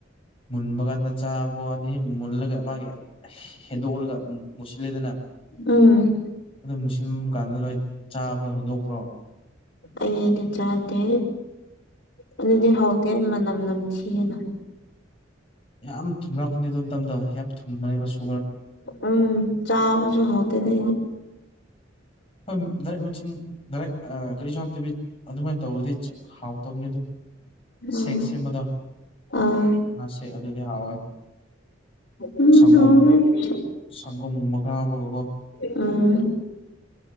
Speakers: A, on the left; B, on the left.
A: ꯃꯨꯟꯕ ꯀꯥꯟꯗ ꯆꯥꯕ ꯋꯥꯅꯤ ꯃꯨꯜꯂꯒ ꯃꯥꯒꯤ ꯍꯦꯟꯗꯣꯛꯂꯒ ꯃꯨꯁꯤꯜꯂꯦꯗꯅ
B: ꯎꯝ
A: ꯑꯗꯨꯝ ꯃꯨ ꯁꯤꯟꯕ ꯀꯥꯟꯗ ꯅꯣꯏ ꯆꯥꯕ꯭ꯔꯣ ꯍꯨꯟꯗꯣꯛꯄ꯭ꯔꯣ
B: ꯑꯩꯗꯤ ꯆꯥꯗꯦ ꯑꯗꯨꯗꯤ ꯍꯥꯎꯇꯦ ꯃꯅꯝ ꯅꯝ ꯊꯤꯌꯦꯅ
A: ꯌꯥꯝ ꯊꯨꯝꯂꯛꯄꯅꯤ ꯑꯗꯨ ꯃꯝꯇꯗꯣ ꯌꯥꯝ ꯊꯨꯝꯕꯅꯦ ꯃꯆꯨ
B: ꯎꯝ ꯆꯥꯕꯁꯨ ꯍꯥꯎꯇꯦꯗ
A: ꯍꯣꯏ ꯂꯩꯔꯛꯃꯆꯤꯟ ꯗꯥꯏꯔꯦꯛ ꯑ ꯀꯔꯤꯁꯨ ꯍꯥꯞꯇꯕꯤ ꯑꯗꯨꯃꯥꯏꯅ ꯇꯧꯔꯗꯤ ꯍꯥꯎꯇꯕꯅꯤ ꯑꯗꯨ
B: ꯎꯝ
A: ꯁꯦꯛ ꯁꯦꯝꯕꯗꯣ
B: ꯑꯥ
A: ꯁꯦꯛ ꯑꯗꯨꯗꯤ ꯍꯥꯎꯋꯦ
B: ꯎꯝ
A: ꯁꯪꯒꯣꯝ
B: ꯍꯥꯎꯔꯅꯤ
A: ꯁꯪꯒꯣꯝ ꯒꯨꯝꯕ ꯈꯔ ꯍꯥꯞꯄꯒꯣ
B: ꯎꯝ